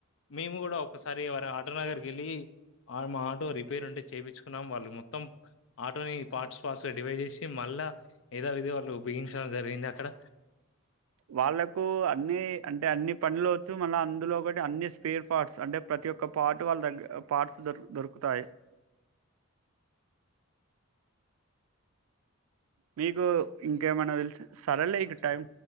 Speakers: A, on the left (about 60°); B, on the right (about 75°).
A: మేము గూడా ఒకసారి వారి ఆటోనగర్కెళ్ళి మా ఆటో రిపేర్ ఉంటే చేపించుకున్నాం వాళ్ళు మొత్తం ఆటోని పార్ట్స్ పార్ట్స్ గా డివైజ్ చేసి మళ్ళా ఏద విదిగా వాళ్ళు బిగించడం జరిగింది అక్కడ.
B: వాళ్ళకు అన్ని అంటే అన్ని పనులు. చ్చు మళ్ళ అందులో ఒకటి అన్ని. స్పేర్ ఫార్ట్స్ అంటే ప్రతి ఒక్క. పార్ట్ వాళ్ళ దగ్గ పా. ట్సూ దొరుకు దొరుకుతాయి. మీకు ఇంకేమన్నా తెలిస సరేలే ఇక టైం.